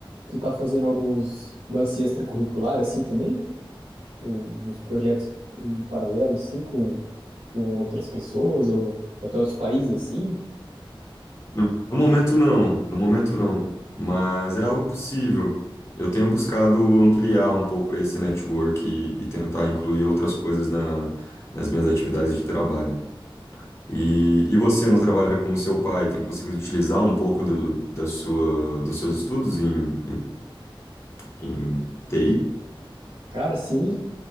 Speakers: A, on the right; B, on the left.
A: tu tá fazendo alguns lance extracurricular assim também? Ou uns projetos em paralelo assim com, com outras pessoas ou até outros países assim?
B: No no momento, não. No momento, não. Mas é algo possível. Eu tenho buscado ampliar um pouco esse network e, e tentar incluir outras coisas na- nas minhas atividades de trabalho. E, e você, no trabalho com o seu pai, tem conseguido utilizar um pouco do, da sua, dos seus estudos em, Entei?
A: Cara, sim.